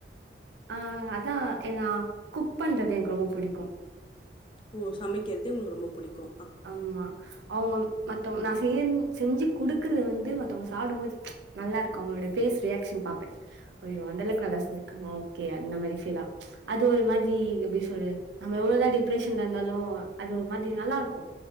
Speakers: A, on the right (about 75°); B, on the left (about 30°).
A: ஆ அதா எ நா குக் பண்றது எனக்கு ரொம்ப புடிக்கு
B: ஓ சமக்கெர்து உங்களுக்கு ரொம்ப புடிக்கு
A: ஆமா அவங்க மத்தவங் நா செய்ன் செஞ்சு குடுக்கறத வந்து மத்தவங்க சாப்டும்போது நல்லா இருக்கு அவங்களோட ஃபேஸ் ரியாக்ஷன் பாப்பெ ஐயோ அந்த அளக்கு நல்லா செஞ்சிருக்கோமா ஓகே அந்த மாரி ஃபீலா அது ஒரு மாதிரி எப்பிடி சொல்றது நம்ம எவ்ளோதா டிப்ரெஷன்ல இருந்தாலு அது ஒரு மாதிரி நல்லா இருக்கு